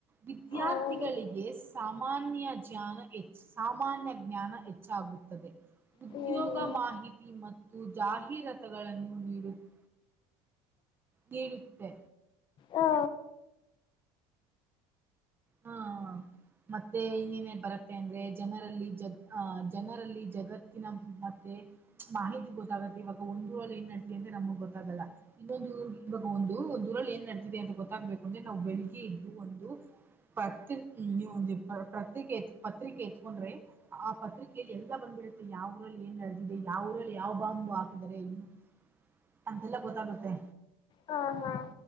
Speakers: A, on the right (about 15°); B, on the left (about 40°).
A: ವಿದ್ಯಾರ್ಥಿಗಳಿಗೆ
B: ಹೌದು
A: ಸಾಮಾನ್ಯ ಜ್ಞಾನ ಹೆಚ್ಚ ಸಾಮಾನ್ಯ ಜ್ಞಾನ ಹೆಚ್ಚಾಗುತ್ತ ಉದ್ಯೋಗ
B: ಹ್ಮ್ ಹ
A: ಮಾಹಿತಿ ಮತ್ತು ಜಾಹೀರಾತುಗಳನ್ನು ನೀಡುತ್ತ ನೀಡುತ್ತೆ
B: ಹ್ಮ್ ಹಾ
A: ಹಾ ಮತ್ತೆ ಇನ್ನನೆ ಬರುತ್ತೆ ಅಂದ್ರೆ ಜನರಲ್ಲಿ ಜ ಜನರಲ್ಲಿ ಜಗತ್ ಮತ್ತೆ ಮಾಹಿತಿ ಗೊತ್ತಾಗುತ್ತೆ ಇವಾಗ ಒಂದರಳ ಏನ್ ನಡ್ಲಿ ಅಂತೆ ನಮಗ್ ಗೊತ್ತಾಗಲ್ಲ ಇನ್ನೊಂದು ಇವಾಗ ಒಂದು ಒಂದಂದು ದೂರಲ್ಲಿ ಏನ್ ನಡತಿದೆ ಅಂತ ಗೊತ್ತಾಗ್ಬೇಕು ಅಂದ್ರೆ ನಾವು ಬೆಳಿಗ್ಗೆ ಇದ್ದು ಒಂದು ಪ್ರ ನೀವು ಪತ್ರಿಕೆ ಪತ್ರಿಕೆ ಹಕೊಂಡ್ರೆ ಆ ಪತ್ರಿಕೆಯಲ್ಲಿ ಎಲ್ಲ ಬಂದಬಿಡತ್ತೆ ಯಾವ್ರಲ್ಲಿ ಏನ್ ನಡೆದಿದೆ ಯಾವರಲ್ಲಿ ಯಾವ ಬಾಂಬು ಹಾಕಿದರೆ ಇನ್ನು ಅಂತೆಲ್ಲ ಗೊತ್ತಾಗುತ್ತೆ
B: ಹ ಹಾ